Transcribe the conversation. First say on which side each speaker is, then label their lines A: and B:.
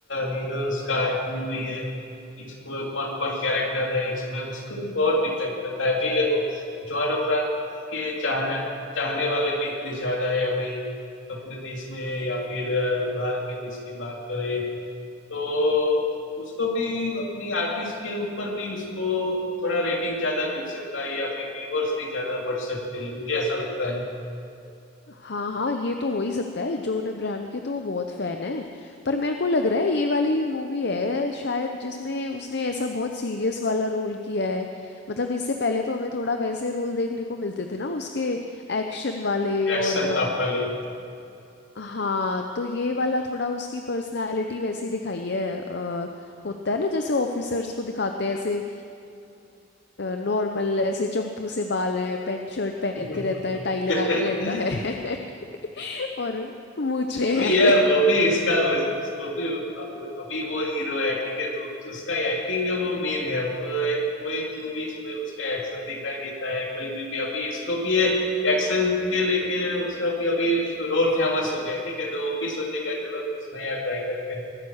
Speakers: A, on the left; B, on the left.
A: हीरोज का एक मूवी है किसको कौन कौन कैरेक्टर है इसमें उसको भी बहुत डिपेंड करता है अभी देखो जॉन अब्राहम के चाहने चाहने वाले भी इतने ज्यादा है अभी अपने देश में या फिर अ, बाहर के देश की बात करें तो उसको भी अपनी आर्टिस्ट के ऊपर भी उसको थोड़ा रेटिंग ज्यादा मिल सकता है या फिर व्यूअर्स भी ज्यादा बढ़ सकते हैं मुझे ऐसा लगता है
B: हाँ हाँ ये तो हो ही सकता है जॉन अब्राहम के तो वो बहुत फैन है पर मेरे को लग रहा है ये वाली मूवी है शायद जिसमें उसने ऐसा बहुत सीरियस वाला रोल किया है मतलब इससे पहले तो हमें थोड़ा वैसे रोल देखने को मिलते थे ना उसके एक्शन वाले और
A: एक्शन
B: अ,
A: था पहले
B: हाँ तो ये वाला थोड़ा उसकी पर्सनालिटी वैसी दिखाई है अ, होता है ना जैसे ऑफिसर्स को दिखाते हैं ऐसे नॉर्मल ऐसे चंपू से बाल है पैंट शर्ट पहन
A: <laughs>
B: के रहता है टाई लगा के रहता है <laughs> और मूछें
A: अभी
B: हैं
A: ये वो भी इसका उस, उस- वो भी अभी वो हीरो है ठीक है तो उसका एक्टिंग है वो मेन है तो ये- कोई मूवीज में उसका एक्शन दिखाई देता है कोई भी, भी अभी इसको भी ये एक्शन के लेके उसका भी अभी रोल फेमस हो गया है, ठीक है तो वो भी सोचेगा चलो कुछ नया ट्राई करते हैं